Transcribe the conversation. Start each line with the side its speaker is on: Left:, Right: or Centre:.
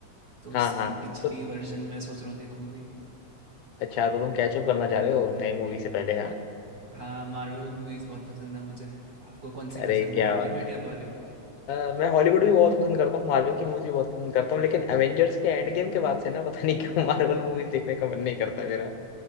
Right: तो उसकी
Left: हाँ हाँ
Right: पिछली
Left: तो
Right: वर्जन मैं सोच रहा हूँ देखूँ अभी
Left: अच्छा तो तुम कैचअप करना चाह रहे हो नई मूवी से पहले हाँ
Right: हाँ मार्वल मूवीज बहुत पसंद है मुझे आपको कौन सी
Left: अरे
Right: पसंद
Left: क्या
Right: है हॉलीवुड
Left: बात है
Right: या बॉलीवुड
Left: अ, मैं हॉलीवुड भी बहुत पसंद करता हूँ मार्वल की मूवीज भी बहुत पसंद करता हूँ लेकिन एवेंजर्स के एंड गेम के बाद से ना पता नहीं क्यों मार्वल मूवीज देखने का मन नहीं करता मेरा